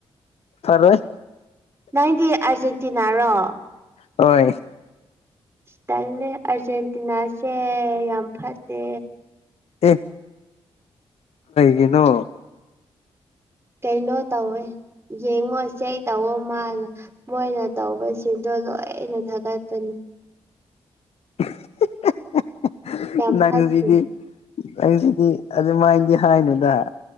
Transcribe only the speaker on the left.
ꯐꯔꯣꯏ
ꯍꯣꯏ
ꯑꯦ ꯀꯩꯒꯤꯅꯣ
<unintelligible>
ꯅꯪꯨꯖꯤꯗꯤ
ꯑꯩꯁꯤꯗꯤ ꯑꯗꯨꯃꯥꯏꯅꯗꯤ ꯍꯥꯏꯅꯨꯗ